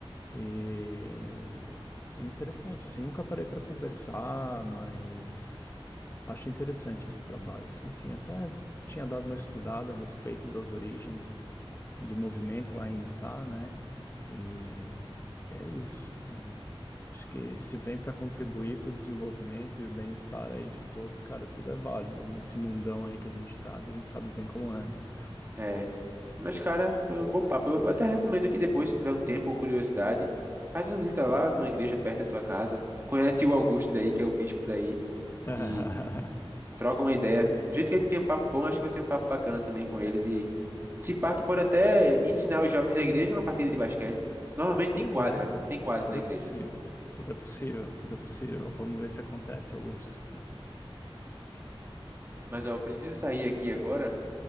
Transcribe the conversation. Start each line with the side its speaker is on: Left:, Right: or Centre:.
Left: E é interessante, assim, nunca parei para conversar, mas acho interessante esse trabalho. Sim, sim, até tinha dado uma estudada a respeito das origens do movimento lá em Utah, né? E é isso. é. acho que se vem para contribuir para o desenvolvimento e o bem-estar aí de todos, cara, tudo é válido nesse mundão aí que a gente tá, que a gente sabe bem como é, né?
Right: É. Mas, cara, foi um bom papo. Eu até recomendo que depois, se tiver um tempo ou curiosidade, faz uma visita lá numa igreja perto da tua casa. Conhece o Augusto daí, que é o bispo daí,
Left: <laughs>
Right: e troca uma ideia. Do jeito que a gente tem um papo bom, acho que vai ser um papo bacana também com eles. E se pá, tu pode até ensinar os jovens da igreja uma partida de basquete. Normalmente
Left: Pois
Right: tem quadra,
Left: é, cara.
Right: tem quadra
Left: Tudo
Right: na igreja.
Left: é possível, cara. Tudo é possível, tudo é possível. Vamos ver se acontece, Augusto.
Right: Mas, ó, eu preciso sair aqui agora,